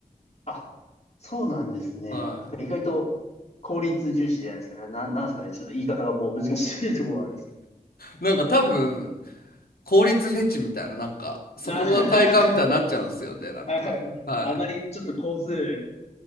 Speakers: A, on the left (about 45°); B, on the left (about 85°).
A: あ、そうなんですね。
B: は
A: なんか意外と効率重視じゃないですけど、な、なんですかね。ちょっと言い方がもう難しいところがある。
B: い。なんか多分、効率フェチみたいな、なんか、そこが快感みたいになっちゃうんですよね、
A: あ、
B: なんか。
A: <laughs>
B: はい。
A: あまりちょっと工数